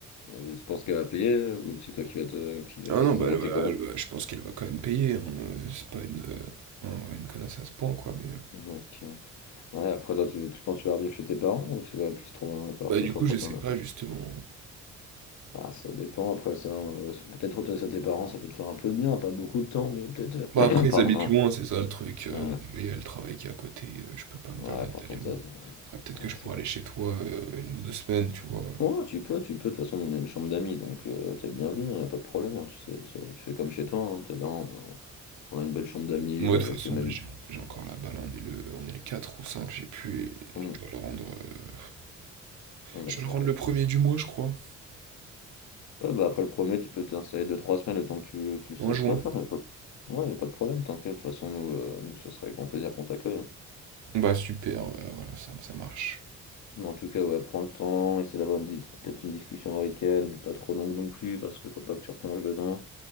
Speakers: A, on the left (about 70°); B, on the right (about 70°).
A: Et tu penses qu'elle va payer ou c'est toi qui va te. Qui va...
B: Ah
A: Parce
B: non,
A: que
B: bah,
A: ça sortait
B: elle va-
A: comment?
B: elle va- je pense qu'elle va quand même payer, hein, euh, C'est pas une, euh, hein, une connasse à ce point, quoi, mais.
A: Mhm, ok. Ouais, après toi, tu, tu penses que tu vas revivre chez tes parents ou tu vas plus trouver un appart,
B: Bah,
A: toi,
B: du
A: toi,
B: coup,
A: toi,
B: je
A: t'en
B: sais pas
A: as?
B: justement.
A: Ah, ça dépend après ça. euh, peut-être toi chez tes parents, ça peut te faire un peu de bien, pas beaucoup de temps, mais peut-être.
B: Bah,
A: euh,
B: après,
A: <clears throat>
B: ils
A: Pardon,
B: habitent loin, c'est ça le truc, heu,
A: hein.
B: et il y a le travail qui est à côté, heu, je peux pas me
A: Ouais,
B: permettre
A: ouais, pour
B: d'aller
A: ton
B: loin.
A: taf. Ouais,
B: Après, peut-être que
A: ouais,
B: je
A: c'est
B: pourrais aller chez toi, heu, 1 ou deux semaines, tu vois?
A: Ouais, tu peux, tu peux. De toute façon, nous, on a une chambre d'amis, donc euh, t'es bienvenu, hein, y a pas de problème. hein, tu sais, tu, tu fais comme chez toi, hein, t'es là, on a, on a une belle chambre d'amis
B: Moi,
A: avec
B: de toute façon,
A: euh, même.
B: là, j'ai en j'ai encore la balle, on est le on est le 4 ou 5 j'ai pu et
A: On,
B: je dois le rendre, heu,
A: on
B: je
A: a le
B: dois
A: 5
B: le rendre
A: là.
B: le premier du mois, je crois,
A: Ouais, bah après le premier, tu peux t'installer 2 trois semaines le temps que tu, tu saches
B: en juin.
A: quoi faire. Y a pas... Ouais, y a pas de problème, t'inquiète. De toute façon, nous, euh, nous, ce serait avec grand plaisir qu'on t'accueille. hein.
B: Bah, super, ouais, voilà, ça ça marche.
A: Mais en tout cas, ouais, prends le temps, essaie d'avoir une dis- peut-être une discussion avec elle, mais pas trop longue non plus, parce qu'il faut pas que tu replonges dedans.